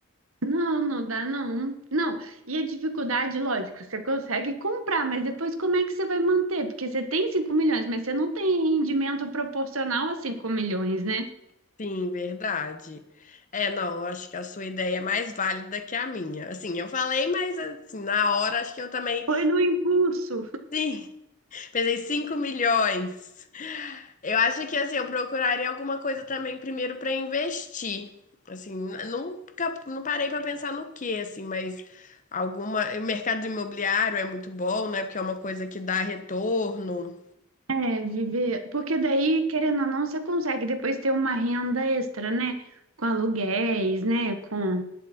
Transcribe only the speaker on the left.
Sim, verdade. É, não, eu acho que a sua ideia é mais válida que a minha. Assim, eu falei, mas assim, na hora acho que eu também.
Sim, <laughs> pensei 5 milhões. Eu acho que assim, eu procuraria alguma coisa também primeiro para investir. Assim, n- nunca não parei para pensar no que assim, mas alguma, o mercado imobiliário é muito bom, né? Porque é uma coisa que dá retorno.